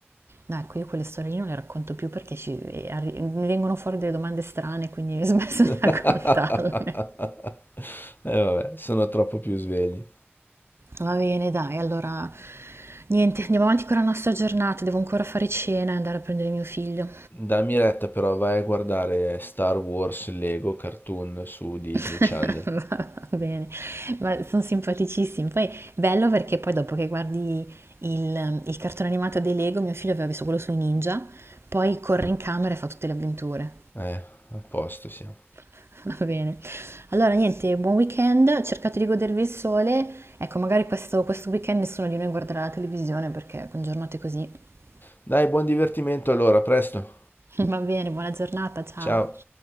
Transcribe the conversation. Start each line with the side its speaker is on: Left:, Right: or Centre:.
Right: No, ecco, io quelle storie lì non le racconto più perché ci- eh, arri- mi vengono fuori delle domande strane, quindi ho smesso
Left: <laughs>
Right: di <laughs> raccontarle.
Left: E vabbè, sono troppo più svegli.
Right: Va bene, dai, allora niente, andiamo avanti con la nostra giornata. Devo ancora fare cena e andare a prendere mio figlio.
Left: Dammi retta però, vai a guardare Star Wars Lego Cartoon su Disney
Right: <laughs>
Left: Channel.
Right: Va bene, ma sono simpaticissimi. Poi bello perché poi dopo che guardi il, il cartone animato dei Lego, mio figlio aveva visto quello sui ninja, poi corre in camera e fa tutte le avventure.
Left: Eh, a posto siamo.
Right: <laughs> Va bene. Allora, niente, buon weekend, cercate di godervi il sole. Ecco, magari questo, questo weekend nessuno di noi guarderà la televisione perché con giornate così. <laughs>
Left: Dai, buon divertimento allora, a presto.
Right: Va bene, buona giornata, ciao.
Left: Ciao.